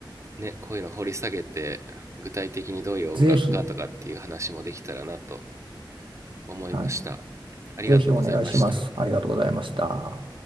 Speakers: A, on the right; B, on the right.
A: ね、こういうの掘り下げて、具体的にどういう音楽かとかっていう話もできたらなと
B: ぜひ、
A: 思いました。
B: はい、
A: ありがとうございました。
B: ぜひお願いします。ありがとうございました。